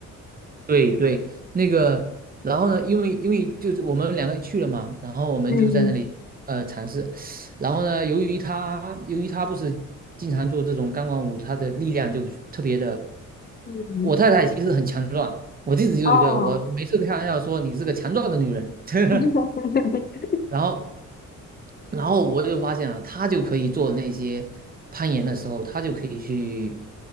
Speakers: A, on the right; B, on the left.
A: 对对，那个，然后呢，因为因为就是我们两个去了嘛，然后我们就在那里呃尝试，
B: 嗯
A: 然后呢，由于他由于他不是经常做这种钢管舞，他的力量就特别的。
B: 嗯，
A: 我太太其实很强壮，我一直就觉得我每次开玩笑说你是个强壮的女人，
B: 哦，
A: <laughs>
B: <laughs>
A: 然后，然后我就发现了，她就可以做那些攀岩的时候，她就可以去